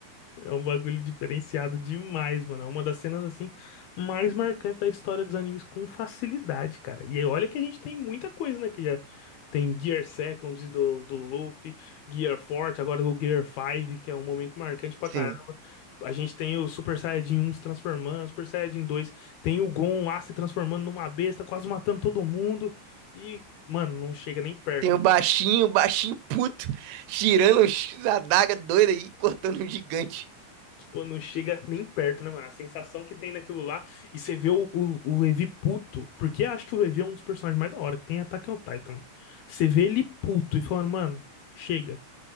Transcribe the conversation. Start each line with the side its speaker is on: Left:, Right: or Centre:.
Left: É um bagulho diferenciado demais, mano. É uma das cenas assim mais marcantes da história dos animes com facilidade, cara. E aí, olha que a gente tem muita coisa, né, que já tem Gear Seconds do, do Luffy, Gear Forte, agora o Gear 5, que é um momento marcante pra
Right: Sim.
Left: caramba. A gente tem o Super Saiyajin 1 se transformando, Super Saiyajin dois, tem o Gon lá se transformando numa besta, quase matando todo mundo. E, mano, não chega nem perto.
Right: Tem o baixinho, o baixinho puto,
Left: mano.
Right: tirando a daga doida aí, <laughs> cortando um gigante.
Left: Tipo, não chega nem perto, né, mano? A sensação que tem naquilo lá. E você vê o, o, o Levi puto. Porque eu acho que o Levi é um dos personagens mais da hora que tem em Attack on Titan. Você vê ele puto e falando, mano, chega.